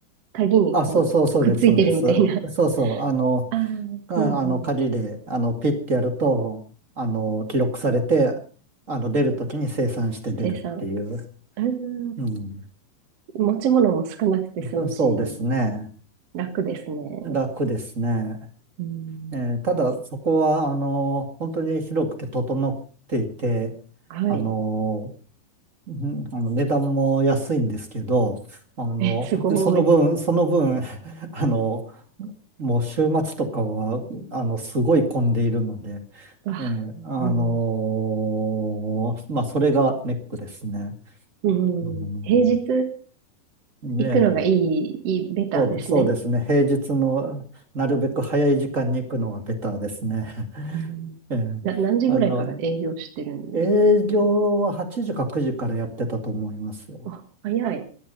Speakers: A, on the right; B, on the right.
A: 鍵にこう、
B: あ、そうそうそうです、
A: くっついてるみたいな。
B: そうです。そうそう、あの、
A: ああ、うんうん。
B: あ、あの、鍵で、あの、ピッてやると、あの、記録されて、あの、出るときに生産して出るっていう。
A: 生産。うーん、
B: うん。
A: 持ち物も少なくて済むし、
B: そうそうですね。
A: 楽ですね。
B: 楽ですね。
A: うん、
B: えーただ、そこは、あの、本当に広くて整っていて、
A: はい。
B: あの、んあの値段も安いんですけど、あの、
A: え、すごい。
B: その分、その分、<laughs> あの、もう週末とかは、あの、すごい混んでいるので、
A: わ、
B: えーあのまあ、
A: うん、
B: それがネックですね。
A: うん。
B: うん、
A: 平日
B: ねえ。
A: 行くのがいい、いい、ベターですね。
B: そうで、そうですね。平日のなるべく早い時間に行くのがベターですね。<laughs>
A: うん。
B: ええ
A: な、何時ぐらいから営業してるんですか
B: あの、営業は8時か9時からやってたと思いますよ。
A: あ、早い。